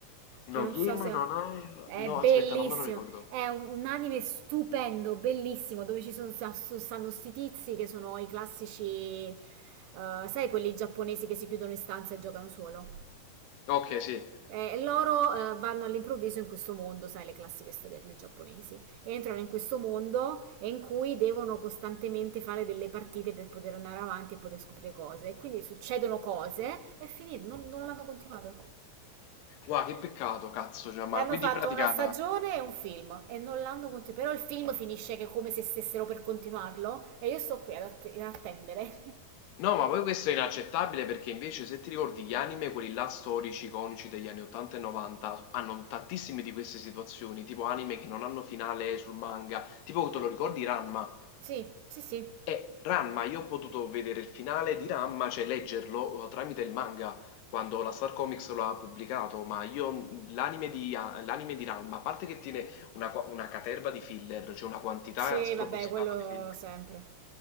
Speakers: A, on the right (about 85°); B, on the left (about 75°).
A: che
B: No,
A: non
B: Game,
A: so se...
B: no, no,
A: È
B: no,
A: bellissimo,
B: aspetta, non me lo ricordo.
A: è un, un anime stupendo, bellissimo, dove ci sono, sta- stanno sti tizi che sono i classici, eh, sai, quelli giapponesi che si chiudono in stanza e giocano solo.
B: Ok, sì.
A: E Eh, loro eh, vanno all'improvviso in questo mondo, sai, le classiche storielle giapponesi. Entrano in questo mondo in cui devono costantemente fare delle partite per poter andare avanti e poter scoprire cose. E quindi succedono cose e finito, non, non l'hanno continuato.
B: Wow, che peccato, cazzo, cioè, ma
A: E hanno
B: quindi
A: fatto
B: in pratica...
A: una stagione e un film e non l'hanno continuato. Però il film finisce che è come se stessero per continuarlo e io sto qui ad, att- ad attendere.
B: No, ma poi questo è inaccettabile perché invece se ti ricordi gli anime, quelli là storici, iconici degli anni 80 e 90, hanno tantissime di queste situazioni, tipo anime che non hanno finale sul manga, tipo te lo ricordi Ranma?
A: <laughs> sì, sì, sì.
B: E Ranma, io ho potuto vedere il finale di Ranma, cioè leggerlo eh, tramite il manga, quando la Star Comics lo ha pubblicato, ma io mh, l'anime di, a- l'anime di Ranma, a parte che tiene una, qua- una caterva di filler, cioè una quantità
A: Sì,
B: spropositata
A: vabbè, quello
B: di filler.
A: sempre.